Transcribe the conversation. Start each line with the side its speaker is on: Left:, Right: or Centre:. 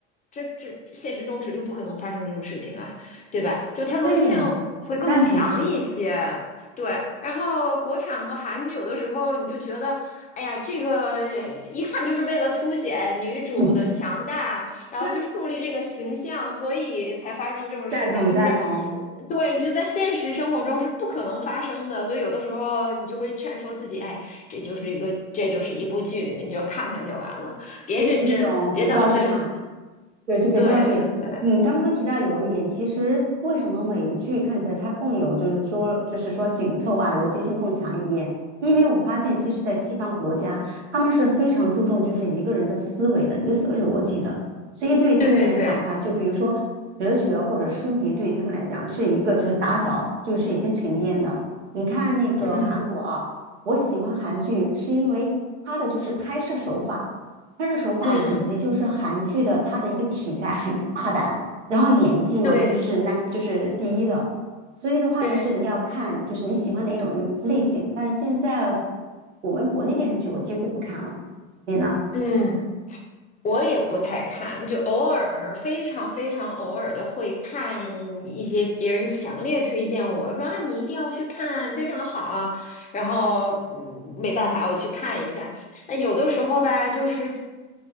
Left: 这这现实中指定不可能发生这种事情啊，对吧？就它逻辑性会更强一些。
Right: 对，赞同，
Left: 对，然后国产和韩剧有的时候你就觉得。哎呀，这个一看就是为了凸显女主的强大，
Right: 嗯，
Left: 然后去树立这个形象，
Right: <laughs>
Left: 所以才发生这种事情。
Right: 赞同赞同，
Left: 就是，呃对，你就在现实生活中是不可能发生的，所以有的时候你就会劝说自己，哎，这就是一个，这就是一部剧，你就看看就完了，别认真，
Right: 就是那种肥皂剧嘛。
Left: 别当真。
Right: 对，就肥皂剧。
Left: 对对对
Right: 你刚刚提到有一点，其实为什么美剧看起来它更有，就是说，就是说紧凑啊，逻辑性更强一点？因为我发现，其实，在西方国家，他们是非常注重就是一个人的思维的一个思维逻辑的，所以对于他们来讲的话，
Left: 对对，
Right: 就比如说哲学或者书籍，对于他们来讲是一个就是打小就是已经沉淀的。你看那个韩国啊，
Left: 嗯
Right: 我喜欢韩剧是因为它的就是拍摄手法。拍摄手法以及就是韩剧的它的一个题材很大胆，
Left: 嗯，
Right: 然后演技嘛又是那就是第一的，
Left: 对
Right: 所以的话就是你要看就是你喜欢哪种类类型，
Left: 对，
Right: 但是现在我们国内电视剧我几乎不看了，你呢？
Left: 嗯。我也不太看，就偶尔非常非常偶尔的会看一些别人强烈推荐我说啊，你一定要去看，非常好。然后嗯，没办法，我去看一下。那有的时候吧，就是